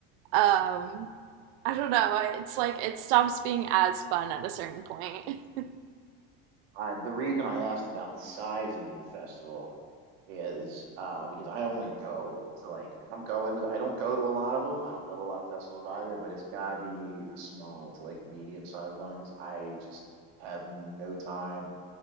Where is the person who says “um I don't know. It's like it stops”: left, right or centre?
Right